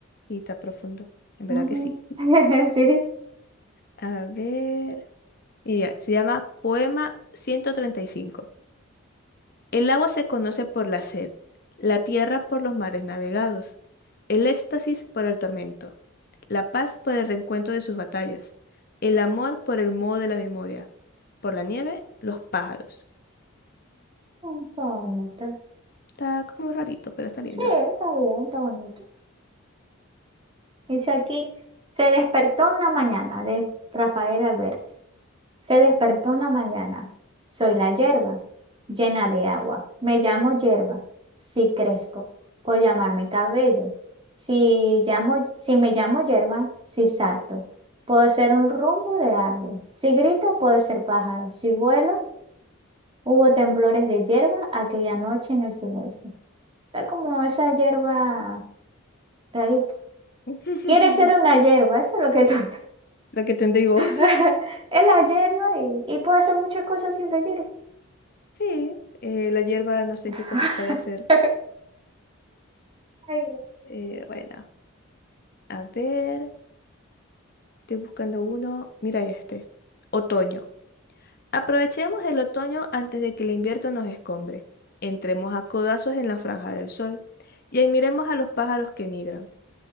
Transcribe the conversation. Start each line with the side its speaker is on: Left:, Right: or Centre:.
Left: y está profundo, en
Right: Ujú.
Left: verdad que sí.
Right: <laughs> Sí.
Left: A ver, mira, se llama Poema 135. El agua se conoce por la sed, la tierra por los mares navegados, el éxtasis por el tormento, la paz por el reencuentro de sus batallas, el amor por el modo de la memoria, por la nieve, los pájaros.
Right: Está bonito.
Left: Está como rarito, pero está lindo.
Right: Sí, está bien, está bonito. Dice aquí, se despertó una mañana de Rafael Alberto. Se despertó una mañana. Soy la hierba, llena de agua. Me llamo hierba. Si crezco, puedo llamarme cabello. Si llamo, si me llamo hierba, si salto, puedo ser un rumbo de árbol. Si grito, puedo ser pájaro. Si vuelo, hubo temblores de hierba aquella noche en el silencio. Está como esa hierba rarita.
Left: <laughs>
Right: Quiere ser una hierba, eso es lo que <laughs> está.
Left: Lo que te digo.
Right: <laughs>
Left: <laughs>
Right: Es la hierba y, y puedo hacer muchas cosas sin la hierba.
Left: Sí, eh, la hierba no sé
Right: <laughs>
Left: qué cosas puede hacer.
Right: Ay,
Left: Eh, bueno, a ver, estoy buscando uno. Mira este. Otoño. Aprovechemos el otoño antes de que el invierno nos escombre. Entremos a codazos en la franja del sol y admiremos a los pájaros que migran.